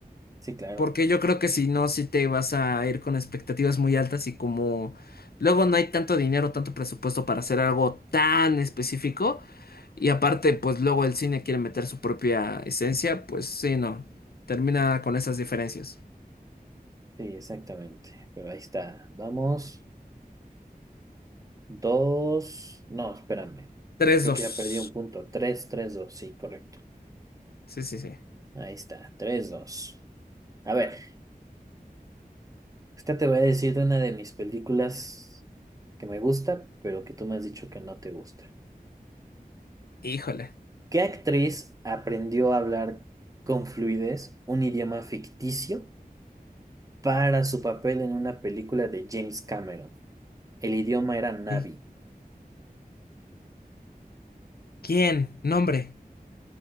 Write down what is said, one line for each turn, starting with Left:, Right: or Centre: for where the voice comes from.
Right: Sí, claro.
Left: Porque yo creo que si no, si te vas a ir con expectativas muy altas y como luego no hay tanto dinero, tanto presupuesto para hacer algo tan específico y aparte pues luego el cine quiere meter su propia esencia, pues sí, no, termina con esas diferencias.
Right: Sí, exactamente. Pero ahí está. Vamos. Dos. No, espérame.
Left: tres
Right: Creo
Left: dos
Right: que ya perdí un punto. Tres, tres, dos. Sí, correcto.
Left: Sí, sí, sí.
Right: Ahí está, tres dos A ver, esta te voy a decir de una de mis películas que me gusta, pero que tú me has dicho que no te gusta.
Left: Híjole.
Right: ¿Qué actriz aprendió a hablar con fluidez un idioma ficticio para su papel en una película de James Cameron? El idioma era Navi.
Left: ¿Y quién? Nombre.